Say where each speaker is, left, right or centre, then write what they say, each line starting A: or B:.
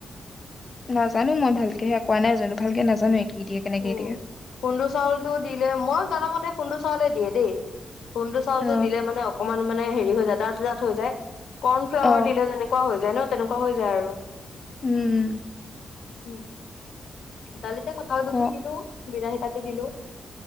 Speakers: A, on the left; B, on the left.
A: নাজানো মই ভালকে সেয়া কোৱা নাই জানো ভালকে নাজানো এক কি দিয়ে কেনেকে
B: উম
A: দিয়ে
B: খুন্দু চাউলটো দিলে মই জানামতে খুন্দু চাউলে দিয়ে দেই। খুন্দু চাউলটো
A: অ
B: দিলে মানে অকণমান মানে হেৰি হৈ যায় ডাঠ ডাঠ হৈ যায়। কৰ্ণফ্লাৱাৰ
A: অ
B: দিলে যেনেকুৱা হৈ যায় ন তেনেকুৱা হৈ যায় আৰু।
A: উম।
B: উম দালিতে কঠাল
A: ক
B: গুটি দিলো, বিলাহী কাটি দিলো।